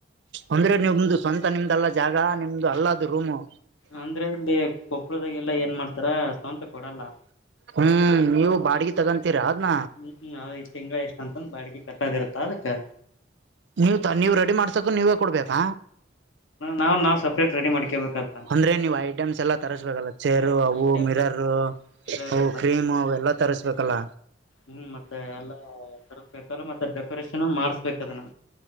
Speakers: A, on the right; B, on the left.
A: ಅಂದ್ರೆ ನಿಮ್ದು ಸ್ವಂತ ನಿಮ್ದಲ್ಲ ಜಾಗ ನಿಮ್ದು ಅಲ್ಲದ ರೂಮು
B: ಅಂದ್ರ ಇಲ್ಲಿ ಕೊಪ್ಪಳದಾಗೆಲ್ಲ ಏನ್ ಮಾಡ್ತಾರ ಸ್ವಂತ ಕೊಡಲ್ಲ
A: ಹ್ಮ್ ನೀವು ಬಾಡಿಗೆ ತಗೊಂತೀರಾ ಅದ್ನ
B: ಹ್ಮ್ ಹ್ಮ್ ಅದ್ ತಿಂಗಳ ಇಷ್ಟ ಅಂತಂದ ಬಾಡಿಗಿ ಕಟ್ಟದಿರತ್ತ ಅದಕ್ಕೆ
A: ನೀವ್ ತಾನ್ ನೀವ್ ರೆಡಿ ಮಾಡಸಾಕು ನೀವೇ ಕೊಡ್ಬೇಕಾ
B: ನಾವ್ ನಾವ್ ಸಪ್ರೇಟ್ ರೆಡಿ ಮಾಡ್ಕೇಬೇಕದ್ ನಾವ್
A: ಅಂದ್ರೆ ನೀವ್ ಐಟಮ್ಸ್ ಎಲ್ಲ ತರ್ಸ್ಬೇಕಲ್ಲ ಚೇರು ಅವು
B: ಐಟೆಮ್
A: ಮಿರರ್
B: ಇರೋರು
A: ಹ ಕ್ರೀಮ್ ಅವ ಎಲ್ಲಾ ತರಿಸಬೇಕಲ್ಲ
B: ಹ್ಮ ಮತ್ತೆ ಎಲ್ಲಾ ತರ್ಸ್ಬೇಕಲ್ಲ ಮತ್ತೆ ಡೆಕೋರೇಷನ್ ಮಾಡ್ಸಬೆಕ್ ಅದನ್